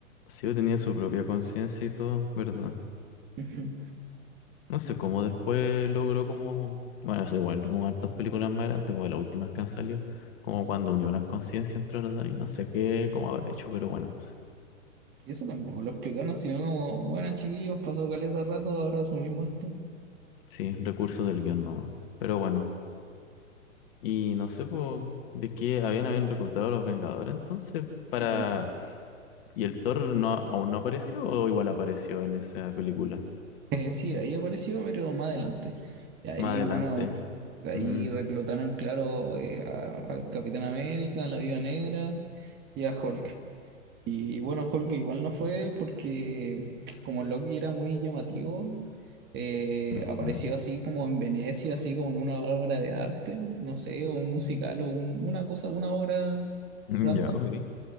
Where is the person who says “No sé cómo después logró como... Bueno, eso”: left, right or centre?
Left